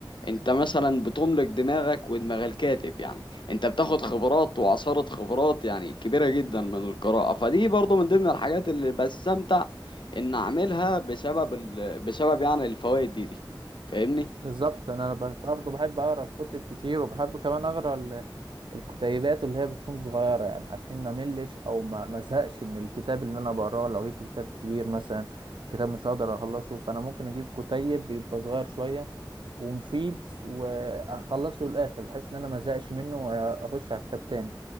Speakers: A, on the left (about 75°); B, on the right (about 80°).
A: انت مثلا بتملك دماغك ودماغ الكاتب يعني انت بتاخد خبرات وعصارة خبرات يعني كبيرة جدا من القراءة فدي برضو من ضمن الحاجات اللي بستمتع ان اعملها بسبب ال... بسبب يعني الفوائد دي دي فاهمني
B: فاهم بالظبط انا ب- برضه بحب اقرا كتب كتير وبحب كمان اقرا ال- الكتيبات اللي هي بتكون صغيره يعني عشان ما ملش او ما ما زهقش من الكتاب اللي انا بقراه لو جبت كتاب كبير مثلا كتاب مش هقدر اخلصه فانا ممكن اجيب كتيب بيبقى صغير شويه ومفيد واخلصه للاخر بحيث ان انا ما زهقش منه واخش على كتاب تاني